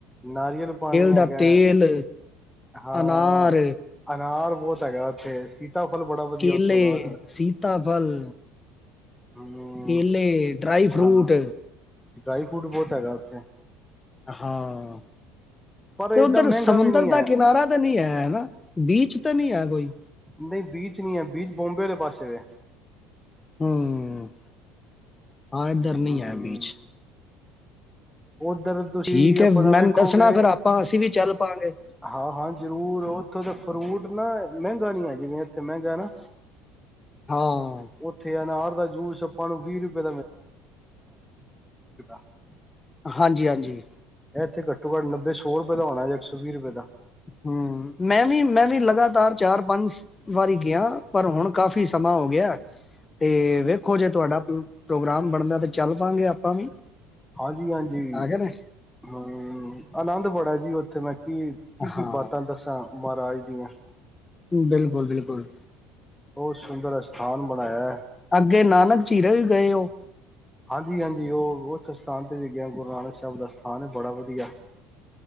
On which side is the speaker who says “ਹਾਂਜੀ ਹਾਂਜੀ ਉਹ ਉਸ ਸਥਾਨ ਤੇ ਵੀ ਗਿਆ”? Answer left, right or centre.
Centre